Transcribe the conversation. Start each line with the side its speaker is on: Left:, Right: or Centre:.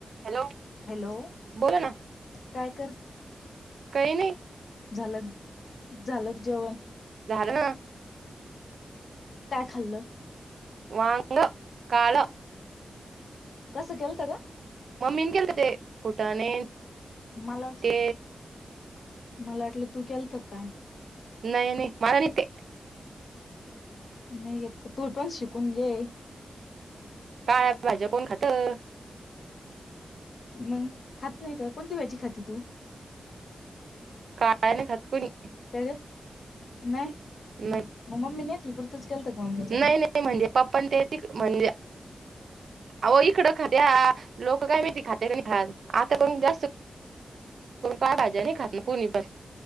Right: हॅलो.
Left: हॅलो.
Right: बोला ना
Left: काय कर
Right: काही नाही
Left: झालं क झाल का जेवण?
Right: झालं.
Left: काय खाल्लं?
Right: वांग काल.
Left: कस केलत गं?
Right: मम्मीन केले ते फुटाणे.
Left: मलाच
Right: ते
Left: मला वाटलं तू केलत क काय.
Right: नाही नाही मला नाही ते.
Left: नाही येत का? तू पण शिकून घे.
Right: काळ्या भाज्या कोण खातं.
Left: मंग खात नाही का कोणती भाजी खाती तू?
Right: काय नाही खात कुणी?
Left: त्याज नाय
Right: नाही.
Left: म मम्मी नेेतली पुरतच केलतं क मम्मीच्या.
Right: नाही नाही म्हणजे पप्पाण त्याची म्हणजे. अह इकडं खात्या लोकं काय माहिती खाते खात आता पण जास्त. कोण काय भाज्या नाही खात. ना कोणी पण